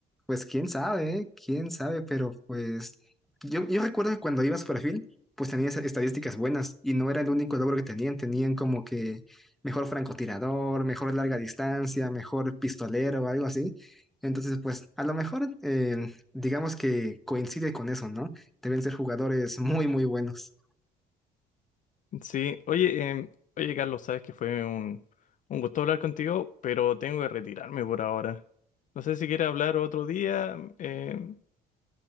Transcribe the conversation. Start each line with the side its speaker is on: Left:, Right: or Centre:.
Centre: Pues quién sabe, ¿eh? quién sabe, pero pues yo, yo recuerdo que cuando ibas por perfil, pues tenías estadísticas buenas y no era el único logro que tenían, tenían como que mejor francotirador, mejor larga distancia, mejor pistolero, o algo así. Entonces, pues a lo mejor eh, digamos que coincide con eso, ¿no? Deben ser jugadores muy, muy buenos.
Left: Sí, oye, em, oye Carlos, sabes que fue un, un gusto hablar contigo, pero tengo que retirarme por ahora. No sé si quieres hablar otro día. em,